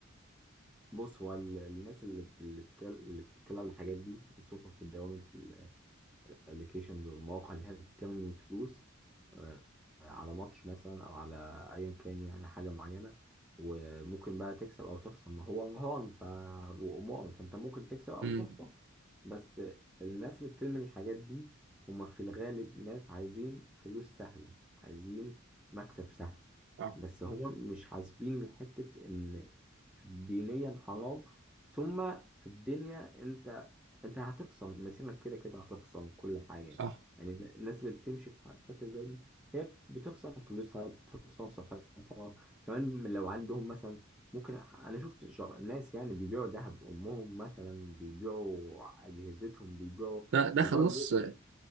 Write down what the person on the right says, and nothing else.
امم
آه.
اه
ده ده
خلاص